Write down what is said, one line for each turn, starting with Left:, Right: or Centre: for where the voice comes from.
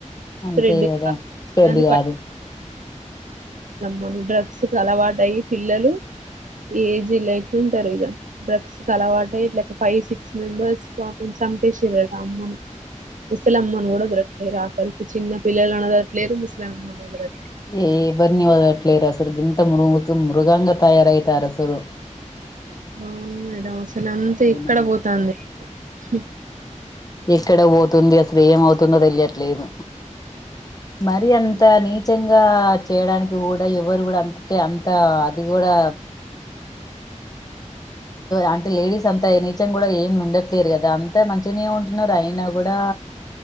Right: స్ప్రెడ్
Left: అంతే కదా
Right: కాదు
Left: స్పెడ్
Right: దాన్ని
Left: కాదు
Right: మన డ్రగ్స్ అలవాటు అయ్యి పిల్లలు ఏజ్ లైఫ్ ఉంటారు ఇగ డ్రగ్స్ అలవాట అయి ఇట్లా ఫైవ్ సిక్స్ మెంబర్స్ పాపం చంపేశీరట అమ్మను ముసలమ్మన్ కూడా బ్రతికేర కరికి చిన్న పిల్లలు అనదట్లేదు ముసలమ్మ ఒదల్
Left: ఏయే వరిని వదలట్లేదసలు గిం త మురువుకి మృగాంగ తయారాయితారసలు
Right: అవును మేడమ్ అస అసలు అంతా
Left: జనాలు
Right: ఇక్కడ పోతాంది చె
Left: ఎక్కడ పోతుంది అసలు ఏమవుతు తుందో తెలియట్లేదు మరి అంత
Right: రోజుకి.
Left: నీచంగా చేయడానికి కూడా ఎవరు కూడా అంతే అంత అది కూడా అంటే లేడీస్ అంతా నీచం కూడా ఏమి ఉండట్లేరు కదా అంతా మంచిగనే ఉంటున్నారు అయినా కూడా